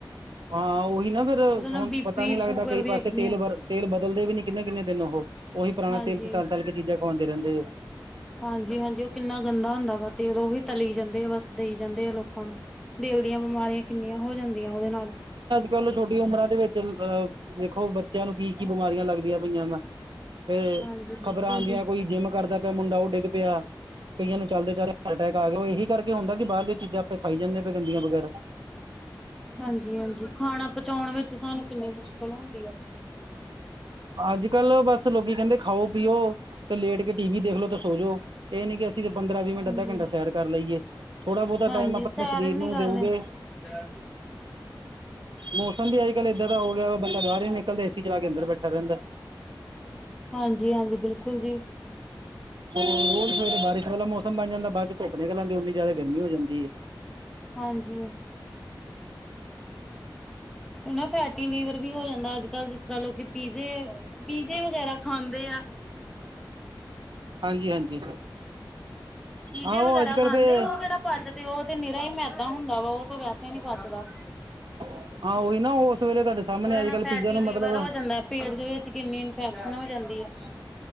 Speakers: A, on the right (about 80°); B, in the centre.
A: ਹਾਂ, ਉਹੀ ਨਾ ਫੇਰ
B: ਉਹਦੇ ਨਾਲ
A: ਹੁਣ
B: ਬੀ
A: ਪਤਾ
B: ਪੀ
A: ਨੀ ਲੱਗਦਾ
B: ਸ਼ੂਗਰ
A: ਕਈ
B: ਦੀਆਂ
A: ਪਾਸੇ
B: ਕਿੰਨੀਆਂ
A: ਤੇਲ ਵਰ ਤੇਲ ਬਦਲਦੇ ਵੀ ਨੀ ਕਿੰਨੇ ਕਿੰਨ ਦਿਨ ਉਹ ਉਹੀ ਪੁਰਾਣਾ
B: ਹਾਂਜੀ।
A: ਤੇਲ ਤੇ ਤਲ ਤਲ ਕੇ ਚੀਜ਼ਾਂ ਖਵਾਉਂਦੇ ਰਹਿੰਦੇ ਆ।
B: ਹਾਂਜੀ ਹਾਂਜੀ, ਉਹ ਕਿੰਨਾ ਗੰਦਾ ਹੁੰਦਾ ਵਾ ਤੇਲ ਉਹੀ ਤਲੀ ਜਾਂਦੇ ਆ ਬਸ ਦੇਈ ਜਾਂਦੇ ਆ ਲੋਕਾਂ ਨੂੰ ਦਿਲ ਦੀਆਂ ਬਿਮਾਰੀਆਂ ਕਿੰਨੀਆਂ ਹੋ ਜਾਂਦੀਆਂ ਉਹਦੇ ਨਾਲ।
A: ਚਲੋ ਛੋਟੀ ਉਮਰਾਂ ਦੇ ਵਿੱਚ ਅਹ ਦੇਖੋ ਬੱਚਿਆਂ ਨੂੰ ਕੀ ਕੀ ਬਿਮਾਰੀਆਂ ਲੱਗਦੀਆਂ ਪਈਆਂ ਵਾ। ਫਿਰ
B: ਹਾਂਜੀ ਬਿਲਕੁਲ
A: ਖ਼ਬਰਾਂ ਆਉਂਦੀਆਂ
B: ਜੀ।
A: ਕੋਈ ਜਿੰਮ ਕਰਦਾ ਪਿਆ ਮੁੰਡਾ ਉਹ ਡਿੱਗ ਪਿਆ। ਕਈਆਂ ਨੂੰ ਚੱਲਦੇ ਚੱਲ ਹਾਰਟ ਅਟੈਕ ਆ ਗਏ ਇਹੀ ਕਰਕੇ ਹੁੰਦਾ ਕਿ ਬਾਹਰਲਆਂ ਚੀਜ਼ਾਂ ਆਪਾਂ ਖਾਈ ਜਾਂਦੇ ਗੰਦੀਆਂ ਵਗੈਰਾ
B: ਹਾਂਜੀ ਹਾਂਜੀ, ਖਾਣਾ ਪਚਾਉਣ ਵਿਚ ਸਾਨੂੰ ਕਿੰਨੀ ਮੁਸ਼ਕਿਲ ਹੁੰਦੀ ਆ।
A: ਅੱਜ ਕੱਲ ਬਸ ਲੋਕੀ ਕਹਿੰਦੇ ਖਾਓ ਪੀਓ ਤੇ ਲੇਟ ਕੇ ਟੀ ਵੀ ਦੇਖਲੋ ਤੁ ਸੋਜੋ ਇਹ ਨੀ ਕਿ ਅਸੀਂ ਤਾਂ ਪੰਦਰਾਂ ਵੀਹ ਮਿੰਟ
B: ਹਾਂਜੀ।
A: ਅੱਧਾ ਘੰਟਾ ਸੈਰ ਕਰ ਲਈਏ। ਥੋੜ੍ਹਾ ਬਹੁਤਾ
B: ਹਾਂਜੀ
A: ਟਾਈਮ ਆਪਣੇ
B: ਸੈਰ
A: ਸਰੀਰ
B: ਵੀ
A: ਨੂੰ
B: ਨੀ ਕਰਦੇ
A: ਦਊਗੇ।
B: <unintelligible>
A: ਮੌਸਮ ਵੀ ਅੱਜ ਕੱਲ੍ਹ ਏਦਾ ਦਾ ਹੋ ਗਿਆ ਵਾ ਬੰਦਾ ਬਾਹਰ ਹੀ ਨਿਕਲਦਾ ਏਸੀ ਚਲਾ ਕੇ ਅੰਦਰ ਬੈਠਾ ਰਹਿੰਦਾ।
B: ਹਾਂਜੀ ਹਾਂਜੀ ਬਿਲਕੁਲ ਜੀ।
A: ਰੋਜ਼ ਸਵੇਰੇ ਬਾਰਸ਼ ਵਾਲਾ ਮੌਸਮ ਬਣ ਜਾਂਦਾ ਬਾਅਦ ਚ ਧੁੱਪ ਨਿਕਲ ਆਂਦੀ ਓਨੀ ਜ਼ਿਆਦਾ ਗਰਮੀ ਹੋ ਜਾਂਦੀ ਹੈ।
B: ਹਾਂਜੀ, ਹਨਾ ਫੈਟੀ ਲੀਵਰ ਵੀ ਹੋ ਜਾਂਦਾ ਅੱਜ ਕੱਲ ਜਿਸ ਤਰ੍ਹਾਂ ਲੋਕ ਪੀਜ਼ੇ ਪੀਜ਼ੇ ਵਗੈਰਾ ਖਾਂਦੇ ਆ।
A: ਹਾਂਜੀ ਹਾਂਜੀ,
B: ਪੀਜੇ
A: ਹਾਂ ਉਹ
B: ਵਗੈਰਾ
A: ਅੱਜ ਕੱਲ
B: ਖਾਂਦੇ
A: ਫੇਰ
B: ਓ ਕਿਹੜਾ ਪਚਦੇ ਉਹ ਤੇ ਨੀਰਾ ਹੀ ਮੈਦਾ ਹੁੰਦਾ ਵਾ ਉਹ ਤੇ ਵੈਸੇ ਹੀ ਨੀ ਪਚਦਾ।
A: <inaudible> ਨਾ ਉਸ ਵੇਲੇ ਤੁਹਾਡੇ ਸਾਹਮਣੇ
B: ਉਹਦੇ
A: ਅੱਜ
B: ਨਾਲ
A: ਕੱਲ
B: ਫੈਟੀ
A: ਪੀਜ਼ਾ ਨੂੰ
B: ਲੀਵਰ
A: ਮਤਲਬ
B: ਹੋ ਜਾਂਦਾ ਪੇਟ ਦੇ ਵਿੱਚ ਗਿੰਨੀ ਫੈਕਸ਼ਨ ਹੋ ਜਾਂਦੀ ਆ।